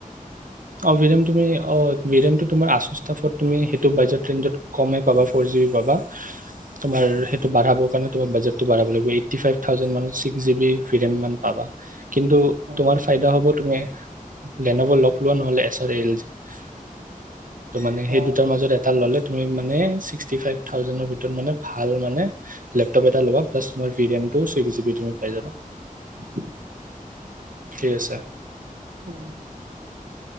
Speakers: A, on the right; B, on the right.
A: অ ভিৰেম তুমি অ ভিৰেমটো তোমাৰ আচুষ্টাফত তুমি সেইটো বাজেট ক্লিণ্ডত কমেই পাবা ফৰ জি বি পাবা তোমাৰ সেইটো বাঢ়াবৰ কাৰণে তোমাৰ বাজটতো বঢ়াব লাগিব এইটি ফাইভ থাউজেণ্ড মান ছিক্স জিবি ভিৰেন মান পাবা কিন্তু
B: উম
A: তোমাৰ ফাইদা হ'ব তুমি গেন'বলক পূৰণ হ'লে চবে এৰি যাই ত মানে সেই
B: অ
A: দুটাৰ মাজত এটা ল'লে তুমি মানে ছিক্সটি ফাইভ থাউজেণ্ডৰ ভিতৰত মানে ভাল মানে লেপ টপ এটা লবা প্লাছ তোমাৰ ভিৰেম তও ছিক্স জিবি ধৰ পাই যাবা
B: ফু
A: ঠিক আছে
B: উম উম